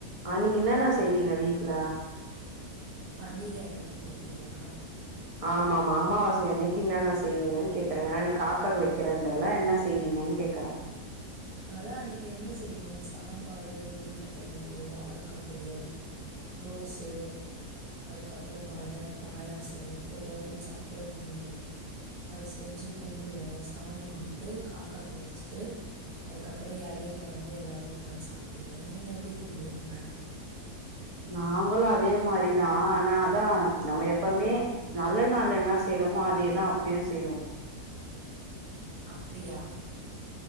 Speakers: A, on the right (about 30°); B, on the right (about 75°).
A: அன்னைக்கி என்னன்னா செய்வீங்க வீட்டுல
B: பண்டிகையன்னைக்கி கேக்கிறியா
A: ஆமா ஆமா அமாவாசை அன்னைக்கு இன்னான்ன செய்வீங்கன்னு கேக்குறே ஏன்னா நீ காக்காக்கு வெக்கிறேன்றல என்ன செய்வீங்கன்னு கேக்குறே
B: அதா அன்னைக்கி என்ன செய்வோ சாம்பாரு உருளக்கிழங்கு வாழக்கா பொரியல் கோசு அதுக்கப்றோ வட பாயாசோ கொஞ்சோண்டு சக்கர பொங்கல் அது செஞ்சு கும்பிடுவோ சாமி கும்புட்டு காக்காக்கு வச்சுட்டு அதுக்கப்றோ எலையில வந்து எல்லாரு உக்காந்து சாப்பிடுவோ நீங்க எப்டி கும்புடுவீங்க
A: நாங்களு அதே மாரி நான் ஆனா அதான் நம்ம எப்பமே நல்ல நாள்ல என்ன செய்றோமோ அதேதான் அப்பயு செய்வோ
B: அப்டியா